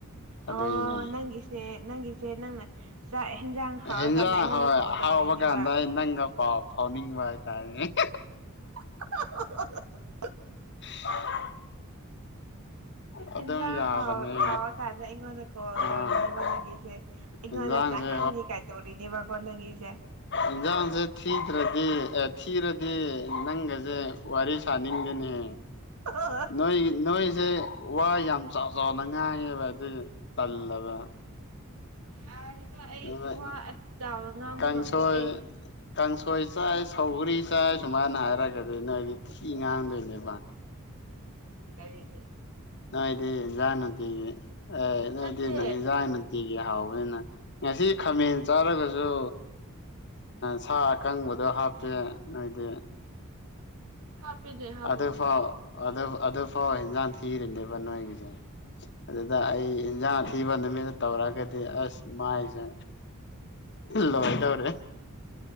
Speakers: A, on the left; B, on the right.
A: ꯑꯗꯨꯏꯅꯦ
B: ꯑꯣ ꯅꯪꯒꯤꯁꯦ ꯅꯪꯒꯤꯁꯦ ꯅꯪꯅ ꯆꯥꯛ ꯌꯦꯟꯖꯥꯡ ꯍꯥꯎꯔꯀꯥꯟꯗ
A: ꯍꯦꯟꯖꯥꯡ
B: ꯑꯩꯉꯣꯟꯗ
A: ꯍꯣꯏ
B: ꯀꯣꯜ
A: ꯍꯥꯎꯕ
B: ꯇꯧꯔꯤꯅꯦꯕ
A: ꯀꯥꯟꯗ ꯑꯩ ꯅꯪꯒ ꯄꯥꯎ ꯐꯥꯎꯅꯤꯡꯕ ꯍꯥꯏꯇꯥꯔꯦꯅꯦ <inaudible>
B: <unintelligible>
A: <unintelligible> ꯑꯗꯨꯝ
B: ꯑ ꯖ
A: ꯌꯥꯕꯅꯦ
B: ꯍ ꯍꯋꯥꯥ ꯀꯥꯥꯟ ꯏꯉꯅꯀꯣ
A: ꯑꯥ
B: ꯗꯔꯤꯅꯦꯕ ꯂꯒꯁꯦ ꯏꯉꯣꯟꯅ
A: ꯏꯟꯖꯥꯡꯁꯦ
B: ꯆ ꯍꯥꯟꯉ ꯀꯥꯏ ꯇꯧꯔꯤꯅꯦꯕꯀꯣ ꯅꯪꯉꯁꯦ
A: ꯏꯟꯁꯥꯡꯁꯦ ꯊꯤꯗ꯭ꯔꯗꯤ ꯑꯦ ꯊꯤꯔꯗꯤ ꯅꯪꯒꯁꯦ ꯋꯥꯔꯤ ꯁꯥꯅꯤꯡꯗꯦꯅꯤꯍꯦ
B: ꯑꯁ
A: ꯅꯣꯏ ꯅꯣꯏꯁꯦ ꯋꯥ ꯌꯥꯝ ꯆꯥꯎ ꯆꯥꯎꯅ ꯉꯥꯏꯑꯦꯕ ꯑꯗꯨ ꯇꯜꯂꯕ
B: ꯌꯥꯔꯒ ꯑꯩ
A: ꯑꯗꯨꯅ
B: ꯋꯥ ꯆꯥꯕ ꯉꯥꯡꯕ
A: ꯀꯥꯡꯁꯣꯏ
B: ꯉꯝꯗꯦ ꯑꯩ
A: ꯀꯥꯡꯁꯣꯏ ꯆꯥꯏ ꯁꯧꯒ꯭ꯔꯤ ꯆꯥꯏ ꯁꯨꯃꯥꯏꯅ ꯍꯥꯏꯔꯒꯗꯤ ꯅꯣꯏꯗꯤ ꯊꯤ ꯉꯥꯡꯗꯣꯏꯅꯦꯕ
B: ꯀꯔꯤꯗꯤ
A: ꯅꯣꯏꯗꯤꯖꯥꯅꯇꯤꯒꯤ ꯑꯦ ꯅꯣꯏꯗꯤꯖꯥꯅꯇꯤꯒꯤ
B: ꯅꯠꯇꯦ
A: ꯍꯥꯎ ꯑꯗꯨꯅ ꯉꯁꯤ ꯈꯥꯃꯦꯟ ꯆꯥꯔꯒꯁꯨ ꯁꯥ ꯑꯀꯪꯕꯗꯣ ꯍꯥꯞꯇꯦ ꯅꯣꯏꯗꯤ
B: ꯍꯥꯞꯄꯦꯅꯦ ꯍꯥꯞꯄꯕꯨꯗꯤ
A: ꯑꯗꯨꯐꯥꯎ ꯑꯗꯨ ꯑꯗꯨꯐꯥꯎ ꯏꯟꯖꯥꯡ ꯊꯤꯔꯤꯅꯦꯕ ꯅꯣꯏꯒꯤꯁꯦ ꯑꯗꯨꯗ ꯑꯩ ꯏꯟꯁꯥꯡ ꯊꯤꯕ ꯅꯨꯃꯤꯠꯇ ꯇꯧꯔꯛꯑꯒꯗꯤ ꯑꯁ ꯏ ꯃꯥꯏꯁꯦ ꯂꯣꯗ꯭ꯔꯦ